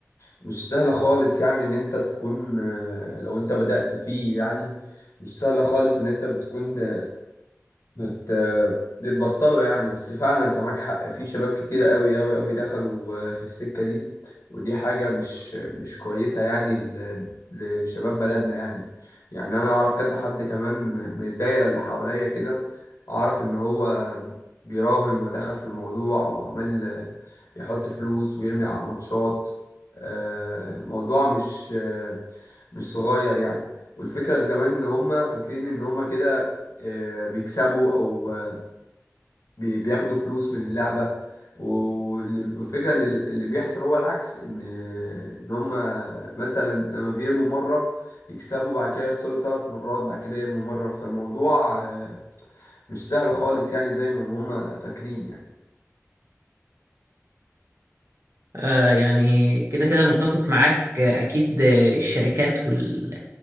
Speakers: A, on the left; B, on the right.
A: مش سهل خالص يعني إن أنت تكون أه لو أنت بدأت فيه يعني مش سهل خالص إن أنت بتكون آه، بت... بتبطلوا يعني بس فعلا انت معاك حق في شباب كتيرة قوي قوي قوي دخلوا آه، في السكة دي ودي حاجة مش مش كويسة يعني ل... لشباب بلدنا يعني يعني انا اعرف كذا حد كمان من الدايرة اللي حواليا كده اعرف ان هو بيراهن ودخل في الموضوع وعمال آه، يحط فلوس ويرمي على ماتشات آه، الموضوع مش آه، مش صغير يعني والفكرة ان كمان ان هم فاكرين ان هم كده آه، بيكسبوا او آه، بي- بياخدوا فلوس من اللعبه وال- والفكره ان ال- اللي بيحصل هو العكس ان ان هم مثلا لما بيرموا مره يكسبوا بعد كده يخسروا ثلاث مرات بعد كده يرموا مره فالموضوع آه، مش سهل خالص يعني زي ما هم فاكرين يعني
B: آه، يعني كده كده متفق معاك آه، أكيد آه، الشركات وال